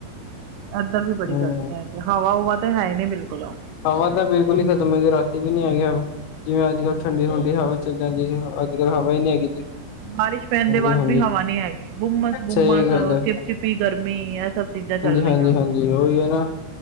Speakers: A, on the right; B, on the left.
A: ਏਧਰ ਵੀ ਬੜੀ
B: ਹੂੰ
A: ਗਰਮੀ ਐ। ਹਵਾ-ਹੁਵਾ ਤੇ ਹੈਈ ਨੀ ਬਿਲਕੁਲ।
B: ਹਵਾ ਤਾਂ ਬਿਲਕੁਲ ਈ ਖਤਮ ਏ ਜੀ, ਰਾਤੀ ਵੀ ਨੀ ਹੈਗੀ ਹਵਾ। ਜਿਵੇ ਅੱਜ ਕਲ ਠੰਡੀ-ਠੰਡੀ ਹਵਾ ਚੱਲਨ ਡਈ ਸੀ, ਅੱਜ ਕੱਲ ਹਵਾ ਈ ਨੀ ਹੈਗੀ ਜੀ।
A: ਬਾਰਿਸ਼ ਪੈਣ
B: ਹਾਂਜੀ
A: ਦੇ ਬਾਦ
B: ਹਾਂਜੀ
A: ਵੀ ਹਵਾ ਨੀ ਹੈਗੀ। ਬੁੰਮਸ-ਬੁੰਮਸ
B: ਸਹੀ ਗੱਲ
A: ਔਰ
B: ਹੈ
A: ਚਿਪ ਚਿਪੀ ਗਰਮੀ ਏਹ ਸਭ ਸਿੱਧਾ ਚੱਲ ਰਹੀਆਂ
B: ਹਾਂਜੀ-ਹਾਂਜੀ, ੳਈ ਐ ਨਾ।